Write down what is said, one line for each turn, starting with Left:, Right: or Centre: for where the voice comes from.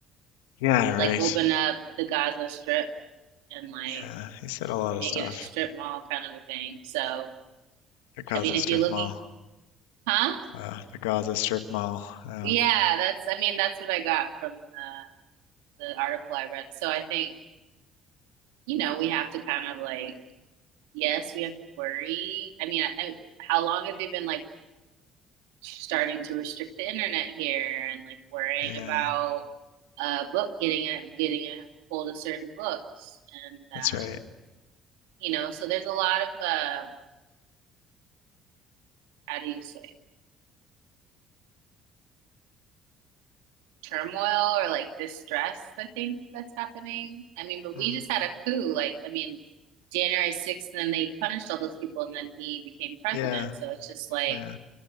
Left: yeah, right.
Right: like open up the Gaza Strip and like
Left: Yeah, he said a lot of
Right: make
Left: stuff.
Right: it a strip mall kind of a thing. So,
Left: The Gaza
Right: I mean,
Left: Strip
Right: if you're looking,
Left: Mall,
Right: huh?
Left: uh, the Gaza Strip Mall. Uh,
Right: Yeah, that's, I mean, that's what I got from the, the article I read. So I think, you know, we have to kind of like, yes, we have to worry. I mean, I, I, how long have they been like starting to restrict the internet here and like worrying
Left: yeah,
Right: about uh book getting a getting a hold of certain books and uh,
Left: that's right.
Right: you know so there's a lot of um uh, how do you say turmoil or like distress, I think that's happening. I mean, but we
Left: Mm,
Right: just had a coup. Like, I mean, January 6th, and then they punished all those people, and then he became president.
Left: yeah.
Right: So it's just like
Left: Yeah.